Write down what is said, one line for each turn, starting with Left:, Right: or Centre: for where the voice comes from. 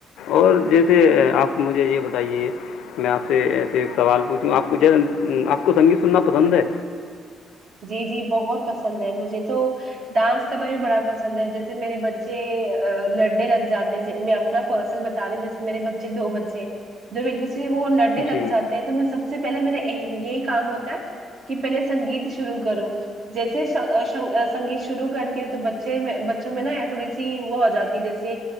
Left: اور جیسے آپ مجھے یہ بتائیے میں آپ سے ایسے ایک سوال پوچھوں آپ کو آپ کو سنگیت سننا پسند ہے
Right: جی جی بہت پسند ہے مجھے تو ڈانس کرنا بھی بڑا پسند ہے جیسے میرے بچے لڑنے لگ جاتے میں اپ پرسنل بتا رہی جسے میرے بچے دو بچے جب ایک دوسر وہ لڑنے
Left: جی
Right: لگ جاتے ہیں تو میں سب سے پہلے میرا یہی کام ہوتا ہے کہ پہلے سنگیت شرو کرو جیسےن سنگیت شروع کرتی ہو تو بچے میں بچوں میں نا تھوڑی سی وہ ہو جاتی جیسے